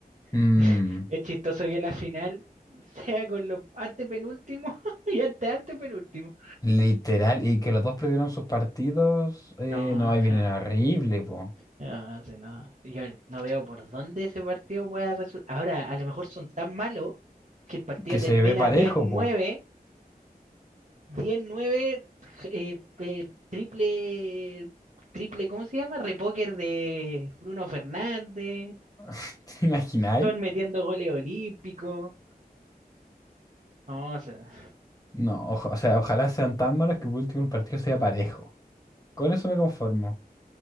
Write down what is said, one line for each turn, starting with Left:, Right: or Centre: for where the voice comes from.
Left: Mm,
Right: <laughs> es chistoso que la final sea con los antepenúltimos <laughs> y ante antepenúltimos.
Left: literal, y que los dos perdieron sus partidos, eh,
Right: No,
Left: no,
Right: o
Left: ahí viene
Right: sea.
Left: horrible, po.
Right: Ah, sí, no. Yo no veo por dónde ese partido pueda resultar. Ahora, a lo mejor son tan malos que el partido
Left: Que
Right: termina
Left: se ve parejo,
Right: diez nueve
Left: po.
Right: diez nueve eh, eh, triple, triple, ¿cómo se llama? Repóker de Bruno Fernández.
Left: <laughs> ¿Te imagináis?
Right: Son metiendo goles olímpicos. No, o sea,
Left: No, oja- o sea, ojalá sean tan malos que por último el partido sea parejo. Con eso me conformo.